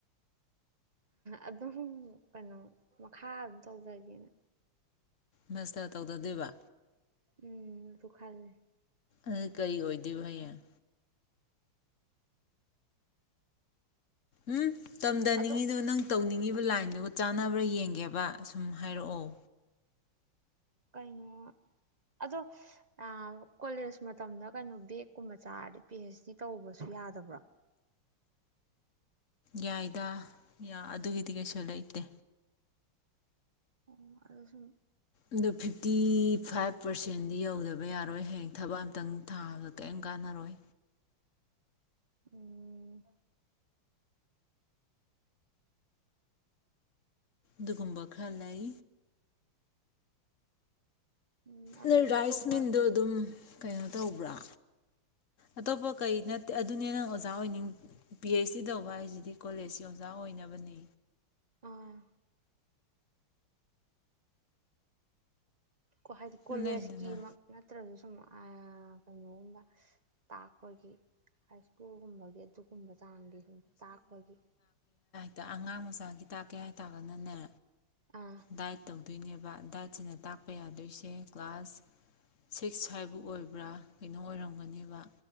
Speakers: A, on the right (about 85°); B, on the left (about 40°).
A: ꯑꯗꯨꯝ ꯀꯩꯅꯣ ꯃꯈꯥ ꯑꯗꯨꯝ ꯇꯧꯗꯒꯦꯅ
B: ꯃꯁꯇ ꯇꯧꯗꯗꯣꯏꯕ
A: ꯎꯝ ꯇ ꯈꯜꯦ
B: ꯑꯥ ꯀꯔꯤ ꯑꯣꯏꯗꯣꯏꯕ ꯍꯌꯦꯡ ꯎꯝ ꯇꯝꯊꯅꯤꯡꯉꯤꯗꯣ
A: ꯑꯗꯣ
B: ꯅꯪ ꯇꯧꯅꯤꯡꯉꯤꯕ ꯑꯗꯨꯕꯨ ꯂꯥꯏꯟꯗꯨꯒ ꯆꯥꯟꯅꯕ꯭ꯔꯥ ꯌꯦꯡꯒꯦꯕ ꯑꯁꯨꯝ ꯍꯥꯏꯔꯛꯑꯣ
A: ꯀꯩꯅꯣ ꯑꯗꯣ ꯇꯥꯑꯣ ꯀꯣꯂꯦꯖ ꯃꯇꯝꯗ ꯀꯩꯅꯣ ꯕꯦꯒꯀꯨꯝꯕ ꯆꯥꯔꯗꯤ ꯄꯤ ꯑꯩꯩꯆ ꯗꯤ ꯇꯧꯕꯁꯨ ꯌꯥꯗꯕ꯭ꯔꯥ
B: ꯌꯥꯏꯗ ꯑꯗꯨꯒꯤꯗꯤ ꯀꯩꯁꯨ ꯂꯩꯇꯦ
A: ꯑꯣ ꯑꯗꯨ ꯁꯨꯝ
B: ꯑꯗꯨ ꯐꯤꯐꯇꯤ ꯐꯥꯏꯚ ꯄꯥꯔꯁꯦꯟꯗꯤ ꯌꯧꯗꯕ ꯌꯥꯔꯣꯏ ꯍꯌꯦꯡ ꯊꯕꯛ ꯑꯝꯇꯡ ꯊꯥꯕꯗ ꯀꯔꯤꯝ ꯀꯥꯟꯅꯔꯣꯏ
A: ꯎꯝ
B: ꯗꯨꯒꯨꯝꯕ ꯈꯔꯂꯏ
A: ꯎꯝ ꯑꯗꯨ
B: ꯅꯣꯏ ꯔꯥꯏꯁ
A: ꯑꯇꯣꯞꯄ
B: ꯃꯤꯟꯗ ꯑꯗꯨꯝ ꯀꯩꯅꯣ ꯇꯧꯕ꯭ꯔꯥ ꯑꯇꯣꯞꯄ ꯀꯩ ꯅꯠꯇꯦ ꯑꯗꯨꯅꯦ ꯅꯡ ꯍꯧꯖꯥ ꯆꯥ ꯑꯣꯏꯅꯤꯡ ꯄꯤ ꯑꯩꯆ ꯗꯤ ꯇꯧꯕ ꯍꯥꯏꯁꯤꯗꯤ ꯀꯣꯂꯦꯖꯀꯤ ꯑꯣꯖꯥ ꯑꯣꯏꯅꯕꯅꯤ
A: ꯑꯥ ꯀꯣ ꯍꯥꯏꯗꯤ
B: ꯁꯨꯝ
A: ꯀꯣꯂꯦꯖꯀꯤꯃꯛ
B: ꯂꯩꯗꯅ
A: ꯅꯠꯇ꯭ꯔꯒꯁꯨ ꯎꯝ ꯑꯌꯥ ꯀꯩꯅꯣꯝꯕ ꯇꯥꯛꯄꯒꯤ ꯍꯥꯏ ꯁ꯭ꯀꯨꯜꯒꯨꯝꯕꯒꯤ ꯑꯗꯨꯒꯨꯝꯕ ꯆꯥꯡꯒꯤ ꯁꯨꯃ ꯇꯥꯛꯄꯒꯤ
B: ꯇꯥ ꯑꯉꯥꯡ ꯃꯆꯥꯒꯤ ꯇꯥꯛꯀꯦ ꯍꯥꯏꯇꯥꯔꯒꯥꯅꯅꯦ
A: ꯑꯥ
B: ꯗꯥꯏꯠ ꯇꯧ ꯇꯨꯏꯅꯦꯕ ꯗꯥꯏꯠꯁꯤꯅ ꯇꯥꯛꯄ ꯌꯥꯗꯣꯏꯁꯦ ꯀ꯭ꯂꯥꯁ ꯁꯤꯛ ꯁꯨꯋꯥꯏ ꯑꯣꯏꯕ꯭ꯔꯥ ꯀꯩꯅꯣ ꯑꯣꯏꯔꯝꯒꯅꯦꯕ